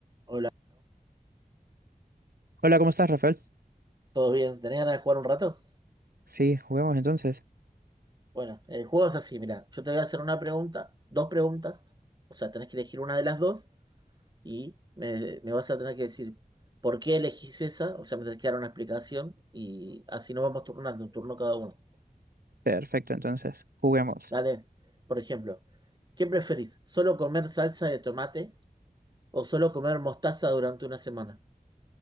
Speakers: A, on the right (about 30°); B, on the right (about 80°).
A: Hola,
B: Hola, ¿cómo estás, Rafael?
A: ¿todo bien? ¿Tenés ganas de jugar un rato?
B: Sí, juguemos entonces.
A: Bueno, el juego es así, mira, yo te voy a hacer una pregunta, dos preguntas, o sea, tenés que elegir una de las dos y me, me vas a tener que decir por qué elegís esa, o sea, me tenés que dar una explicación y así nos vamos turnando, un turno cada uno.
B: Perfecto, entonces, juguemos.
A: Dale, por ejemplo, ¿qué preferís? ¿Solo comer salsa de tomate o solo comer mostaza durante una semana?